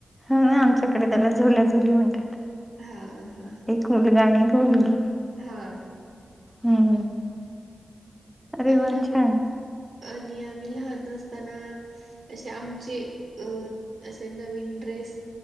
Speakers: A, in the centre; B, on the right.
A: ह आमच्याकडे त्याला झोल्या झोली म्हणतात.
B: हा, हा.
A: घोलगा आणि घोलगी.
B: हा.
A: हम्म, हम्म. अरे
B: आणि
A: वा
B: आम्ही
A: छान
B: आणि आम्ही लहान असताना असे आमचे अ असे नवीन ड्रेस